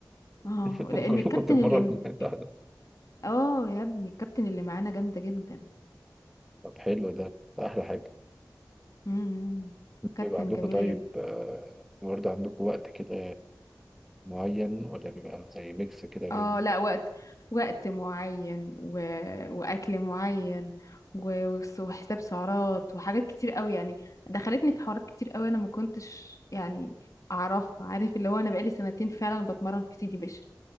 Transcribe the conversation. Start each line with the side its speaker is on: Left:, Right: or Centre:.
Left: اه
Centre: <laughs>
Left: لان
Centre: كلكم
Left: الكابتن
Centre: بتتمرنوا
Left: اللي
Centre: في المتحدة
Left: <laughs> اه يا ابني الكابتن اللي معانا جامده جدا
Centre: طب حلو ده ده أحلى حاجة
Left: امم كابتن
Centre: بيبقى عندكم
Left: جميله
Centre: طيب
Left: جدا
Centre: آه، برضه عندكم وقت كده معين ولا بيبقى زي ميكس كده بين
Left: اه لا وقت وقت معين و... واكل معين و... وس- وحساب سعرات وحاجات كتير قوي يعني دخلتني في حوارات كتير قوي انا ما كنتش يعني اعرفها عارف اللي هو انا بقالي سنتين فعلا بتمرن في سيدي بشر